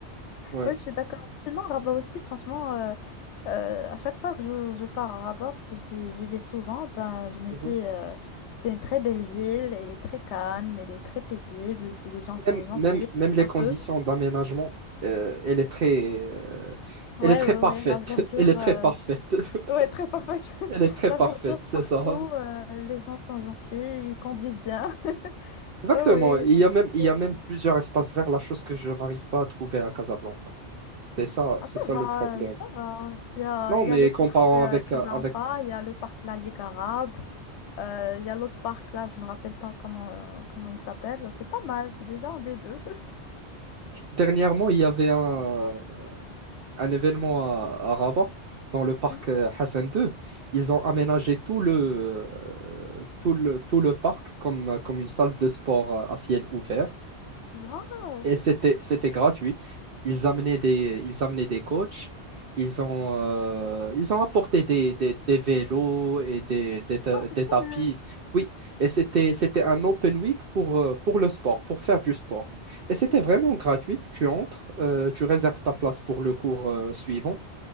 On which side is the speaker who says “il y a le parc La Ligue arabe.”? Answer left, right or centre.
Left